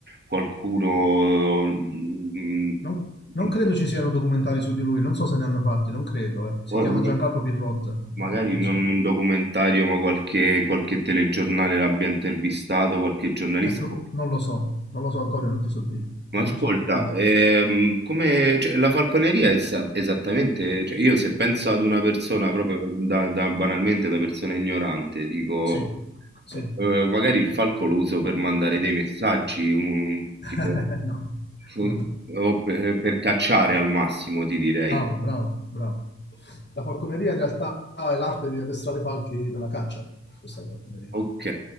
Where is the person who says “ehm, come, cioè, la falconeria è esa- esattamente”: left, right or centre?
Right